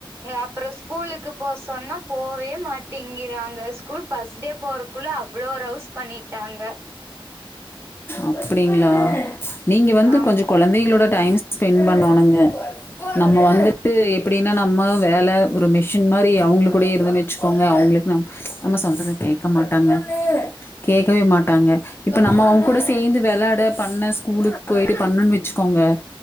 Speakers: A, on the right; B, on the left.
A: அப்புறொ ஸ்கூலுக்கு போ சொன்னா போவே மாட் திங்கிறாங்க ஸ்கூல் ஃபஸ்ட் டே போறக்குள்ள அவ்ளோ ரவுஸ் பண்ணிட்டாங்க
B: அப்டிங்ளா நீங்க வந்து
A: ஆமா
B: கொஞ்ச கொழந்தைகளோட டைம் ஸ்பெண்ட் பண்ணணுங்க. நம்ம வந்துட்டு எப்டின்னா நம்ம வேல ஒரு மெஷின் மாரி அவங்களு கூடே இருதுன்னு க்கோங்க அவுங்களுக்கு நம் நம்ம சொல்றது கேக் க மாட்டாங்க கேட்கவே மாட்டாங்க இப்ப நம்ம அவுங்க கூட சேந்து விளாட பண்ண ஸ்கூலுக்கு போய்ட்டு பண்ணோனு வச்சுக்கோங்க